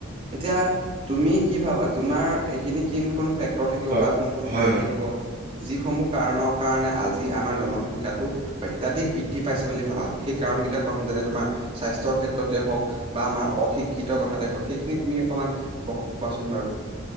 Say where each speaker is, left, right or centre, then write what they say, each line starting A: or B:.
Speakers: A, on the right; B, on the right.
A: এতিয়া তুমি কি ভাবা তোমাৰ এইখিনি কিন ক ফেক তৰ থাকিব
B: হয়,
A: বা কোন কোন
B: হয়
A: কাৰণ
B: হয়।
A: থাকিব যিসমূহ কাৰণৰ কাৰণে আজি আমাৰ জনসংখ্যাটো অত্যাধিক বৃদ্ধি পাইছে বুলি ভাবা, সেই কাৰণ কেইটা কোৱা যেনে তোমাৰ স্বাস্থ্য ক্ষেত্ৰতে হওক বা আমাৰ অশিক্ষিত কথাতে হওক। সেইখিনি তুমি অকমান ব কোৱাচোন বাৰু।